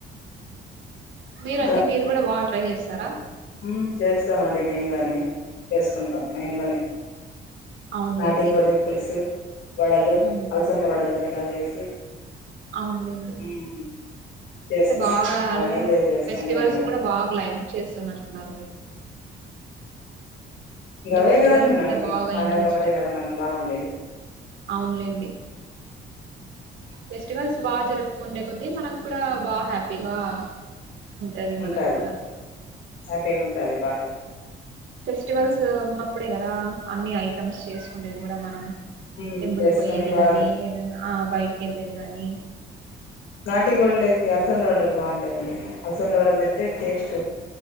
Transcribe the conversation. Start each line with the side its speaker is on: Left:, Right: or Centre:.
Right: మీరండి
Left: వడ
Right: మీరు కూడా బాగా ట్రై చేస్త్ సర
Left: ఉమ్ చేస్తామండి మేము కాగానీ చేసుకో కుంటాం మేము కానీ
Right: అవునులేండి
Left: నాటి కోడి పులుసు వడలు
Right: ఉమ్
Left: అలసంద వడలు అట్లా చేసి
Right: అవునులేండి
Left: ఉమ్ చేసుకొని
Right: అంటే బాగా
Left: ఎంజాయ్ చేస్తాం
Right: ఫెస్టివల్స్
Left: మేము
Right: కూడా బాగా లైక్ చేస్తున్నట్లున్నారు మీరు
Left: ఇంగవే
Right: అంటే ఫెస్టివల్స్
Left: కదండి
Right: మీద
Left: మనకి
Right: బాగా
Left: పండగఅపుడే
Right: ఇంట్రెస్ట్
Left: కదా మనం బాగుండేది
Right: అవునులేండి. ఫెస్టివల్స్ బాగా జరుపుకుండే కొద్దీ మనం కూడా బా హ్యాపీగా ఉంటది
Left: ఉంటాది
Right: మనకు కూడా.
Left: హ్యాపీగా ఉంటాది బాగా
Right: ఫెస్టివల్స్ ఉన్నప్పుడే కదా అన్ని ఐటమ్స్ చేసుకుండేది కూడా మనం
Left: ఉమ్
Right: టెంపుల్
Left: చేసుకొని
Right: పోయేది
Left: బాగా
Right: గానీ ఏదనా ఆ బయట ఇంటికెళ్లేది కాగానీ
Left: నాటి కోడి లెకి అలసంద వడలు బాగుంటాయండి అలసంద వడలు తింటే టేస్ట్